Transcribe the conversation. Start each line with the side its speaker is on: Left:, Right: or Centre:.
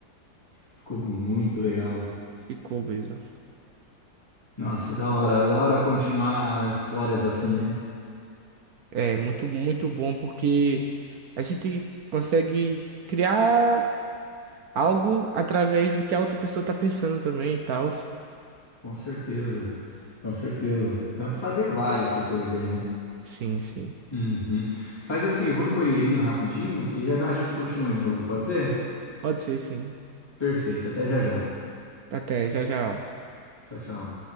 Left: Ficou muito legal.
Right: Ficou obeso.
Left: Nossa, da hora. Da hora continuar as histórias assim, né?
Right: É muito, muito bom porque a gente consegue criar algo através do que a outra pessoa tá pensando também e tal.
Left: Com certeza. Com certeza. Dá pra fazer vários se for ver, né?
Right: Sim, sim.
Left: Uhum. Faz assim, eu vou no banheirinho rapidinho e já já a gente continua de novo, pode ser?
Right: Pode ser, sim.
Left: Perfeito. Até já já.
Right: Até, já, já.
Left: Tchau, tchau.